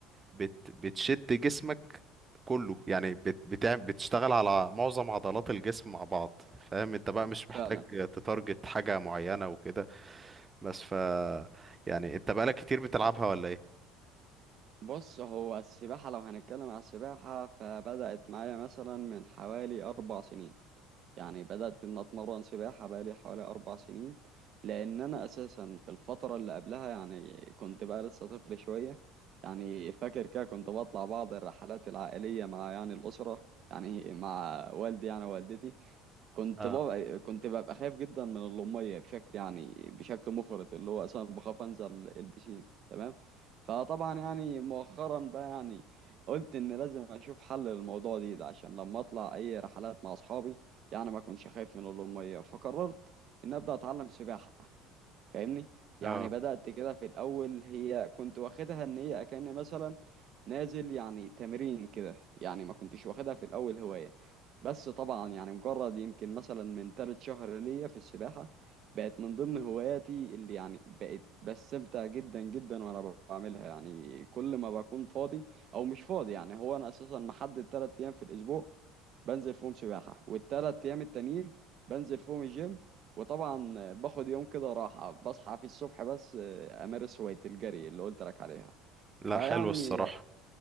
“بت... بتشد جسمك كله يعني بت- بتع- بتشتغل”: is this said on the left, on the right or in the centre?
Right